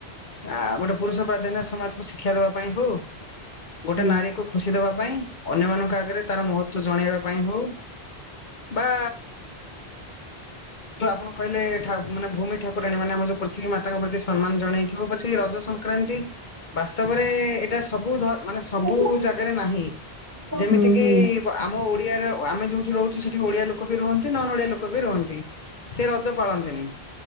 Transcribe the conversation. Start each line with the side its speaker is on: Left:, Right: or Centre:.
Left: ଆ ଗୋଟେ ପୁରୁଷ ପ୍ରାଧାନ୍ୟ ସମାଜକୁ ଶିକ୍ଷା ଦେବା ପାଇଁ ହଉ ଗୋଟେ
Right: ହୁଁ।
Left: ନାରୀକୁ ଖୁସି ଦେବା ପାଇଁ ଅନ୍ୟମାନଙ୍କ ଆଗରେ ତାର ମହତ୍ଵ ଜଣେଇବା ପାଇଁ ହଉ ବା ତ ଆପଣ କହିଲେ ଠା ମାନେ ଭୂମି ଠାକୁରାଣି ମାନେ ଯଉ ପୃଥିବୀ ମାତା ପ୍ରତି ସମ୍ମାନ ଜଣେଇ କି ହଉ ପଛେ ରଜ ସଂକ୍ରାନ୍ତି। ବାସ୍ତବରେ ଏଇଟା ସବୁ ଧ ମାନେ ସବୁ
Right: ହୁଁ
Left: ଜାଗାରେ ନାହିଁ। ଯେମିତି
Right: ହୁଁ
Left: କିି
Right: ହୁଁ।
Left: ଆମ ଓଡିଆରେ ଆମେ ଯୋଉଠି ରହୁଛୁ ସେଠି ଓଡିଆ ଲୋକ ବି ରୁହନ୍ତି ନନ୍ ଓଡିଆ ଲୋକ ବି ରୁହନ୍ତି। ସେ ରଜ ପାଳନ୍ତି ନି।